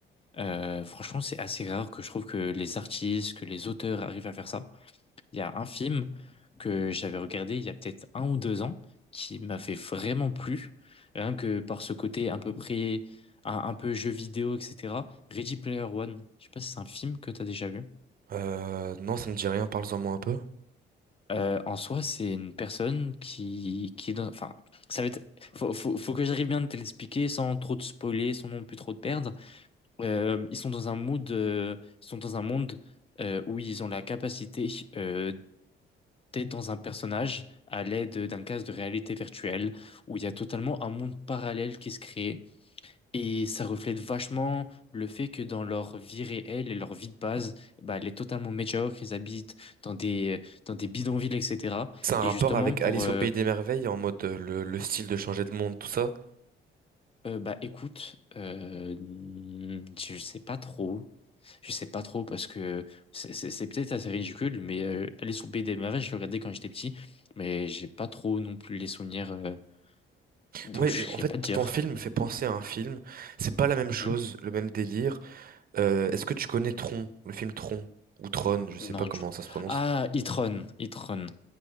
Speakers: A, on the left (about 30°); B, on the right (about 45°).
A: Euh, franchement, c'est assez rare que je trouve que les artistes, que les auteurs arrivent à faire ça. Il y a un film que j'avais regardé il y a peut-être un ou deux ans qui m'avait vraiment plu, rien que par ce côté à peu près un, un peu jeu vidéo, etc. Ready Player One, je sais pas si c'est un film que tu as déjà vu.
B: Euh, non, ça me dit rien. Parle-en moi un peu.
A: Euh, en soi, c'est une personne qui, qui est dans... Enfin, ça va être... Faut, faut, faut que j'arrive bien de te l'expliquer sans trop te spoiler, sans non plus trop te perdre. Euh, ils sont dans un mood... euh, ils sont dans un monde euh, où ils ont la capacité euh, T'es dans un personnage à l'aide d'un casque de réalité virtuelle où il y a totalement un monde parallèle qui se crée et ça reflète vachement le fait que dans leur vie réelle et leur vie de base, bah, elle est totalement médiocre, ils habitent dans des, dans des bidonvilles, etc.
B: C'est un
A: Et
B: rapport
A: justement
B: avec
A: pour,
B: Alice
A: euh,
B: au Pays des Merveilles, en mode euh, le, le style de changer de monde, tout ça.
A: euh, bah écoute, euh, je sais pas trop, je sais pas trop parce que c'est c'est- c'est peut-être assez ridicule, mais euh, aller sur BD, je le regardais quand j'étais petit, mais j'ai pas trop non plus les souvenirs. euh, Donc,
B: Moi,
A: je
B: euh,
A: ne
B: en
A: sais
B: fait,
A: pas dire.
B: ton film me fait penser à un film. C'est pas la même chose,
A: Hmm
B: le même délire. Euh, est-ce que tu connais Tron, le film Tron, ou Tron, je sais
A: Non,
B: pas comment
A: du...
B: ça se prononce.
A: Ah, Itron. Itron.